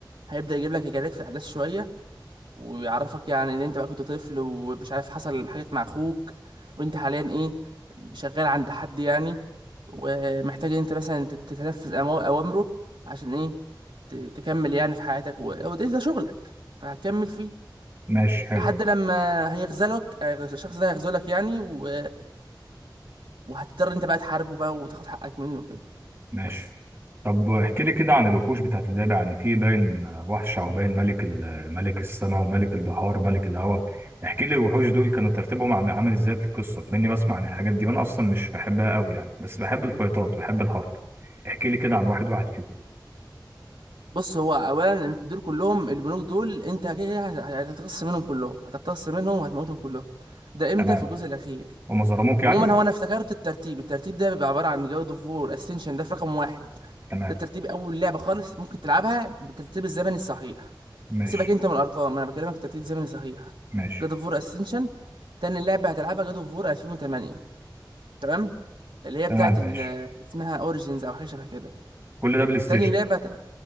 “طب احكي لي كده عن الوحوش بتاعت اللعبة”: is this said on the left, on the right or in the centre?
Right